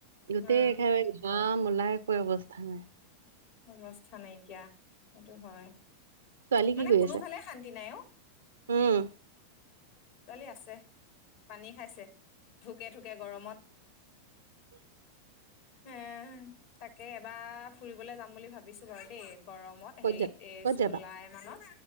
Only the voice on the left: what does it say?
অ
অৱস্থা নাইকিয়া সেইটো হয়।
মানে
কোনোফালে
শান্তি নাই অ।
ছোৱালী আছে পানী খাইছে। ঢুকে ঢুকে গৰমত এ তাকে। বা ফুৰিবলৈ যাম বুলি ভাবিছো বাৰু দেই। গৰমত
হেৰিত
এই
জুলাই
মানত,